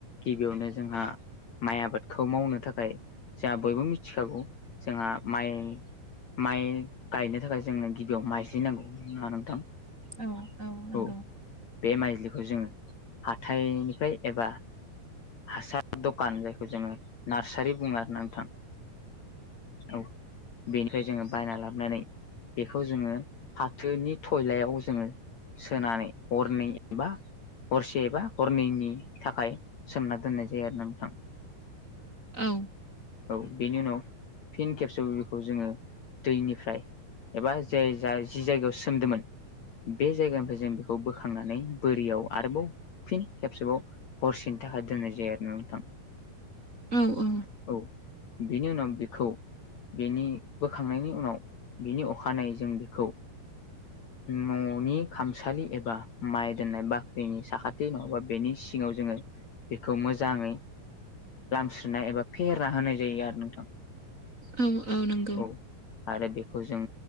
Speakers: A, on the left; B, on the right.
A: गिबियावनो जोंहा माइ आबादखौ मावनो थाखाय जोंहा बयबो मिथिखागौ जोंहा माइ माइ गायनो थाखाय जोंनो गिबियाव माइज्रि नांगौ नङा नोंथां
B: औ नंगौ
A: औ बे माइज्लिखौ जोङो हाथाइनिफ्राय एबा हासार दखान जायखौ जोङो नार्सारि बुङो आरो ना नोंथां औ बेनिफ्राय जोङो बायना लाब नानै बेखौ जोङो फाथोनि थयलायाव जोङो सोनानै हरनै एबा हरसेबा हरनैनि थाखाय सोमना दोननाय जायो आरो ना नोंथां
B: औ
A: औ बेनि उनाव फिन खेबसेबो बेखौ जोङो दैनि फ्राय एबा जे जाय जि जायगायाव सोमदोंमोन बे जायगानिफ्राय जों बेखौ बोखांनानै बोरियाव आरोबाव फिन खेबसेबाव हरसेनि थाखाय दोननाय जायो आरो ना नोंथां
B: औ औ
A: औ बेनि उनाव बेखौ बेनि बोखांनायनि उनाव बिनि अखानायै जों बेखौ
B: <inaudible>
A: न'नि खामसालि एबा माइ दोननाय बाख्रिनि साखाथि नङाबा बेनि सिङाव जोङो बेखौ मोजाङै लामस्रिनाय एबा फेरा होनाय जायो आरो नोंथां
B: औ नंगौ
A: औ आरो बे खौ जों